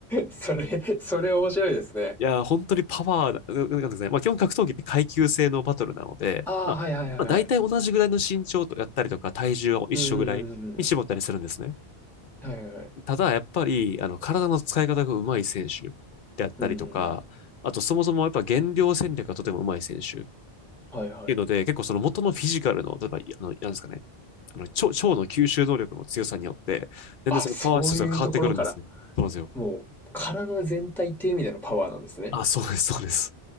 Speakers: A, in the centre; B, on the left.
A: それ、それ面白いですね。
B: いや、本当にパワー、ななんかですね、まあ基本格闘技って階級制のバトルなので、
A: ああ、
B: まあ、
A: はいはいはいはい。
B: まあ大体同じぐらいの身長とやったりとか体重は一緒ぐらいに絞ったりするんですね。
A: うんうんうんうんうん。はいはいはい。
B: ただやっぱり、あの、体の使い方が上手い選手であったりとか、
A: うんうんうん。
B: あとそもそもやっぱ減量戦略がとてもうまい選手っ
A: はいはい。
B: ていうので、結構その元のフィジカルの、例えば、あの、なんですかね、あの、腸腸の吸収能力の強さによって、全然そのパワー指数が変わってくるんですよ。
A: あ、そういうところから、
B: そうなんですよ。
A: もう体全体っていう意味でのパワーなんですね。
B: あ、そうです、そうです。